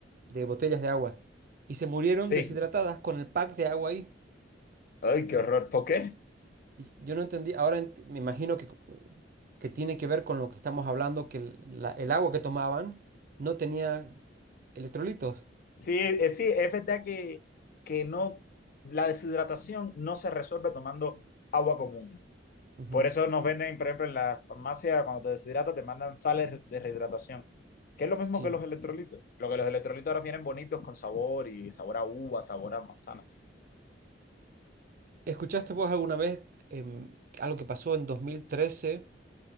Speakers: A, on the right; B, on the left.
A: de botellas de agua, y se murieron
B: sí.
A: deshidratadas con el pack de agua ahí.
B: Ay, qué horror. ¿Por qué?
A: Y Yo no entendí, ahora ent- me imagino que, que tiene que ver con lo que estamos hablando, que el, la- el agua que tomaban no tenía electrolitos.
B: Sí, eh, sí, es verdad que, que no, la deshidratación no se resuelve tomando agua común.
A: Ujú,
B: Por eso nos venden, por ejemplo, en la farmacia, cuando te deshidratas, te mandan sales de rehidratación, que es lo mismo
A: Sí.
B: que los electrolitos. Lo que los electrolitos ahora vienen bonitos con sabor y sabor a uva, sabor a manzana.
A: ¿Escuchaste vos alguna vez em, algo que pasó en 2013?